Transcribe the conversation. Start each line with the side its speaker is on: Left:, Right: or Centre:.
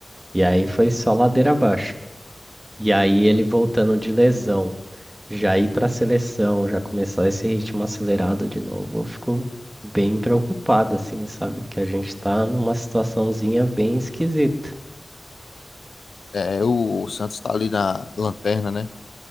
Right: E aí foi só ladeira abaixo. E aí ele voltando de lesão. já ir para a seleção, já começar esse ritmo acelerado de novo, eu fico bem preocupado, assim, sabe? Que a gente tá numa situaçãozinha bem esquisita.
Left: é, o, o Santos tá ali na lanterna, né?